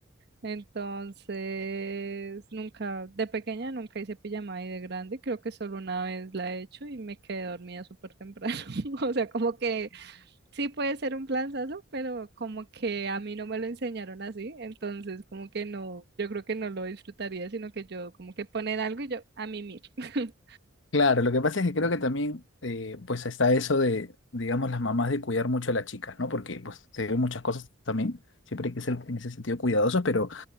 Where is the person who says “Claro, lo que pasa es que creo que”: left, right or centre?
Left